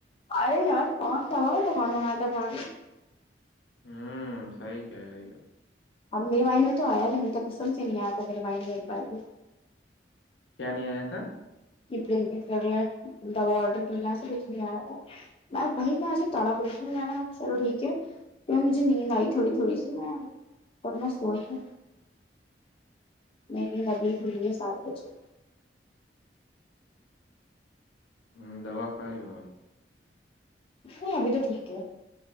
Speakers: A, on the left; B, on the left.
A: ارے یار س سا دکانوں میں تھا با
B: ہوں سحی کہہ رہی
A: اب میرے بائن میں تو آیا بھی نہیں تھا قسم سے نہیں آیا تھا میرے بائن میں ایک بار بھی
B: کیا نہیں آیا تھا
A: ابڑ کرر ل واڈرک سےچ میں بھائی میںج تڑا بج لا چلو ٹھیک ہے مجھے نیند آئی تھوڑی تھوڑی سی میں سوی تھی نہیں ابھی ہوھلی ہے سات بجے
B: ہوں دوا کھائے لو آپ
A: ہاں ابھی تو ٹھیک ہے